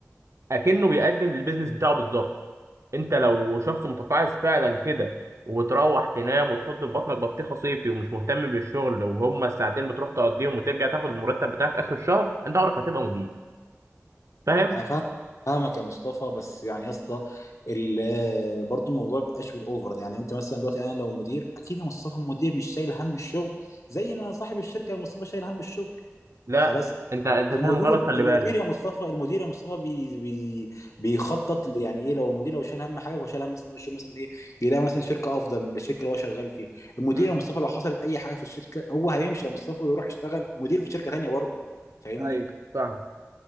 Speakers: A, on the right (about 65°); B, on the left (about 70°).
A: اكنه بيقدم للبيزنس بتاعه بالظبط انت لو شخص متقاعس فعلا كده وتروح تنام وتحط في بطنك بطيخه صيفي ومش مهتم بالشغل وهما الساعتين بتروح تقضيهم وترجع تاخد المرتب بتاعك اخر الشهر انت عمرك ما هتبقى مدير فاهم
B: انا فاهم فاهمك يا مصطفى بس يعني يا اسطى ال- آه، برضو الموضوع بيبقاش بالاوفر ده يعني انت مثلا دلوقتي انا لو مدير اكيد يا مصطفى المدير مش شايل هم الشغل زي ما صاحب الشركه يا مصطفى شايل هم الشغل
A: لا
B: خلاص
A: انت انت
B: المدير
A: فاهم غلط خلي
B: المدير
A: بالك
B: يا مصطفى المدير يا مصطفى بي بي بيخطط ل- يعني ايه لو المدير لو شايل هم حاجه هو شايل هم مثلا إن هو يشيل مثلا ايه يلاقي مثلا شركه افضل من الشركه اللي هو شغال فيها المدير
A: امم
B: يا مصطفى لو حصلت اي حاجه في الشركه هو هيمشي يا مصطفى ويروح يشتغل مدير في شركه تانيه برضه فاهمني
A: ايوه فاهم